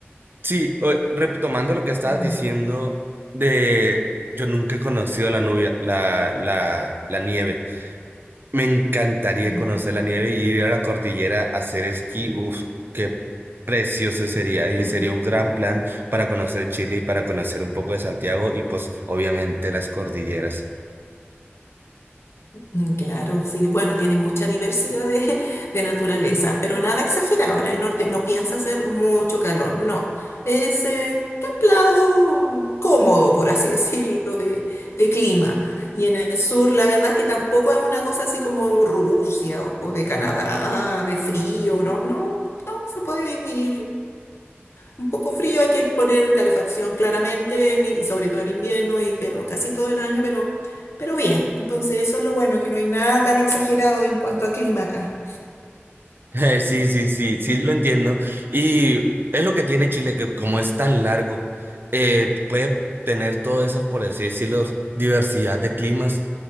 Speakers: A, on the right; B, on the left.
A: sí, o- retomando lo que estabas
B: mm,
A: diciendo de yo nunca he conocido la nubia, la, la, la nieve. Me encantaría
B: mm.
A: conocer la nieve y ir a la cordillera a hacer esquí. Uf, qué precioso sería. Y
B: <laughs>
A: sería un gran plan para conocer Chile y para conocer un poco de Santiago y pues obviamente las cordilleras.
B: Mm, Claro, sí, bueno, tiene mucha diversidad de, <laughs> de naturaleza, pero nada exagerado. En el norte no piensa hacer mucho calor, no. Es eh, templado, cómodo, por así <laughs> decirlo, de, de clima. Y en el sur, la verdad es que tampoco es una cosa así como Rusia o de Canadá, de frío, no, no, no, se puede vivir. Un poco frío, hay que poner calefacción claramente, en i- y sobre todo en invierno, y, pero casi todo el año, pero, pero bien. Entonces, eso es lo bueno, que no hay nada tan exagerado en cuanto a clima acá.
A: Eh, Sí, sí, sí, sí, lo entiendo. Y es lo que tiene Chile, que como es tan largo, eh, puede tener todas esas, por así decirlo, diversidad de climas,